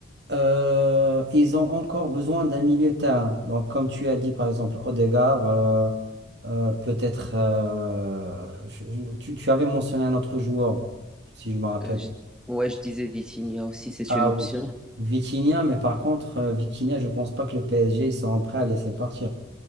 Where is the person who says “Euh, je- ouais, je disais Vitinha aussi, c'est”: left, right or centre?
Centre